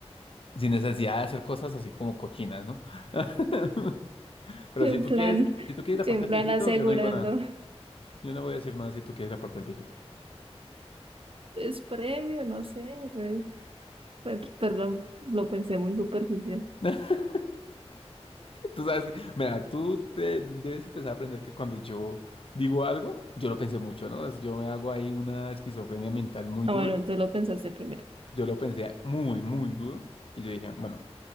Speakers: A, on the left; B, on the right.
A: Sin necesidad de hacer cosas así como cochinas, ¿no? <laughs> Pero
B: Yo
A: si
B: En
A: tú
B: plan,
A: quieres, si tú quieres
B: yo
A: la parte
B: en
A: del
B: plan
A: viejito,
B: asegurando.
A: yo no digo nada. Yo no voy a decir nada si tú quieres la parte del viejito.
B: Es previo, no sé, pues, per- perdón, lo pensé muy superficial.
A: <laughs> Tú sabes que, mira, tú te debes empezar a aprender que cuando yo digo algo, yo lo pensé mucho, ¿no? Es- Yo me hago ahí una esquizofrenia mental muy
B: Ah,
A: dura.
B: bueno, tú lo pensaste primero.
A: Yo lo pensé muy, muy duro. Y yo dije, bueno.